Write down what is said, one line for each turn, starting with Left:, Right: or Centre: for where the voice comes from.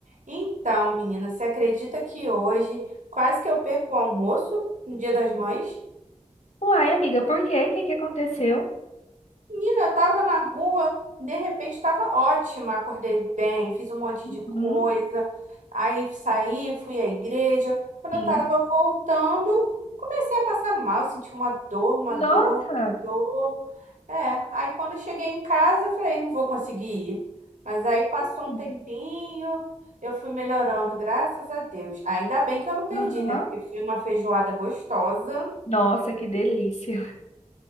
Right: Então, menina, você acredita que hoje quase que eu perco o almoço no Dia das Mães?
Left: Uai, amiga, por quê? O que que aconteceu?
Right: Menina, tava na rua, de repente tava ótima, acordei bem, fiz um monte
Left: Uhum,
Right: de coisa, aí saí, fui à igreja. Quando
Left: sim.
Right: eu tava voltando, comecei a passar mal, senti uma dor, uma dor,
Left: Nossa!
Right: uma dor. É, aí quando eu cheguei em casa, eu falei, não vou conseguir ir. Mas aí passou
Left: Hum,
Right: um tempinho, eu fui melhorando, graças a Deus. Ainda bem que eu não perdi,
Left: Aham.
Right: né? Porque foi uma feijoada gostosa.
Left: Nossa, que delícia.